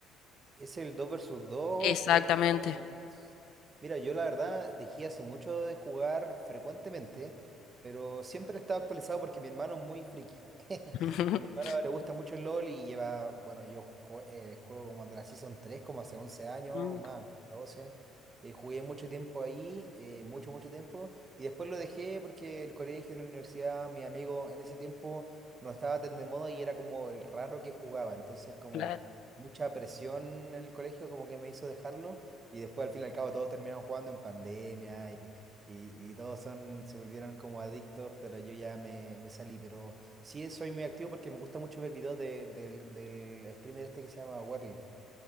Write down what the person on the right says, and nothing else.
Es el 2 versus 2
que hay como... Mira, yo la verdad dejé hace mucho de jugar frecuentemente, pero siempre he estado actualizado porque mi hermano es muy friki. <laughs>
Mi hermano le gusta mucho el LOL y lleva, bueno, yo jue- eh, juego como de la Season 3 como hace once años,
más, doce Eh, jugué mucho tiempo ahí, eh, mucho, mucho tiempo, y después lo dejé porque el colegio, la universidad, mi amigo en ese tiempo no estaba tan de moda y era como el raro que jugaba, entonces como...
mucha presión en el colegio como que me hizo dejarlo y después al fin y al cabo todos terminaron jugando en pandemia y, y- y todos son, se volvieron como adictos, pero yo ya me, me salí, pero sí soy muy activo porque me gusta mucho ver videos de- del, del streamer este que se llama Warlift.